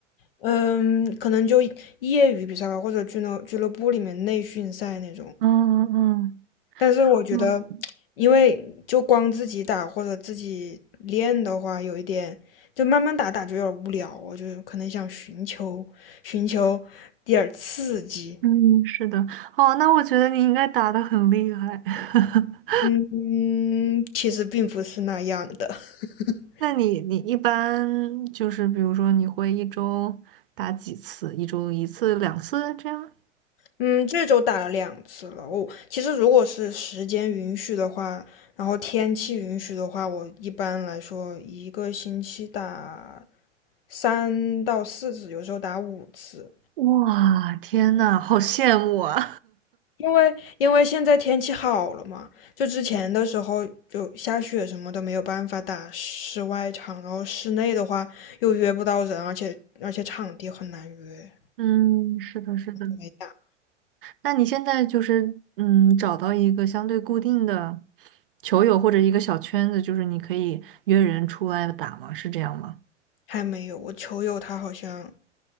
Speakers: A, on the left; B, on the right.
A: 嗯，可能就业余比赛吧，或者俱乐俱乐部里面内训赛那种。
B: 嗯嗯
A: 但是我觉得，
B: 嗯
A: 因为就光自己打或者自己练的话，有一点就慢慢打打就有点无聊，我就可能想寻求寻求点儿刺激。
B: 嗯，嗯是的。哦，那我觉得你应该打的很厉害。<laughs>
A: 嗯嗯，其实并不是那样的。<laughs>
B: 那你你一般就是比如说你会一周打几次？一周一次、两次这样？
A: 嗯，这周打了两次了。我其实如果是时间允许的话，然后天气允许的话，我一般来说一个星期打三到四次，有时候打五次。
B: 哇，天呐，好羡慕啊！
A: 因为因为现在天气好了嘛，就之前的时候就下雪什么的没有办法打室外场，然后室内的话又约不到人，而且而且场地很难约，
B: <laughs> 嗯，是的，是的。
A: 没打，
B: 那你现在就是嗯，找到一个相对固定的球友或者一个小圈子，就是你可以约人出来打吗？是这样吗？
A: 还没有。我球友他好像